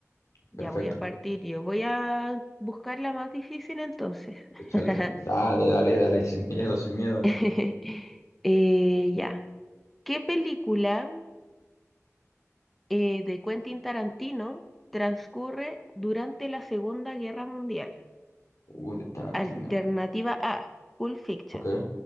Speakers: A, in the centre; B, on the left.
A: Ya
B: Perfecto,
A: voy a partir yo. Voy a buscar la más difícil entonces.
B: échale.
A: <laughs>
B: Dale, dale, dale, <laughs> sin miedo, sin miedo.
A: <laughs> Eh, ya. ¿Qué película? eh, de Quentin Tarantino transcurre durante la Segunda Guerra Mundial.
B: Uy, de Tarantino.
A: Alternativa A, Pulp Fiction.
B: Ok,